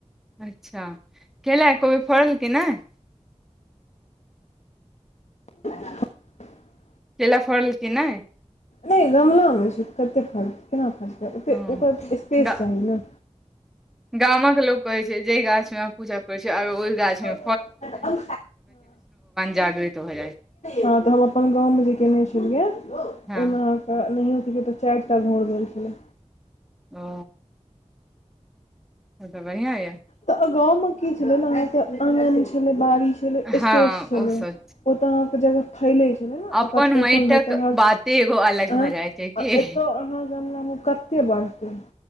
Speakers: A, in the centre; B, on the left.
A: अच्छा केला एकोबेर फोड़ल कि नेय
B: <unintelligible>
A: केला फोरल कि नय
B: नहि गमलामे छय कतेक फरतैय केना फरतैय ओतेक
A: ओ
B: ओकर स्पेस
A: गा
B: चाही न
A: गामक लोक कहे छै जेहि गाछ मे अहा पूजा करै छियै अब ओहि गाछ मे
B: हँ
A: जागृत भऽ जाइ छै।
B: हँ तऽ हम अपन गाम मे जे केने छेलिये ओहिना
A: हँ
B: अहाँकेँ नहियो तऽ चारि टा भोर भेल छलै।
A: ओ तऽ बढ़िआ य
B: तऽ गाम मे कि छले ने अहाँकेँ आंगन मे छेलय बारी छल
A: हँ
B: स्पेस छेलय
A: ओ सब
B: ओ तऽ अहाँकेँ जगह फयलै छलै ने
A: अपन
B: ओकरा पोषण
A: माटिक
B: भेटै रहल
A: बाते एगो अलग
B: आय
A: भऽ जाइ छै की
B: आ एतय अहाँ गमला मे कतेक बढ़तै।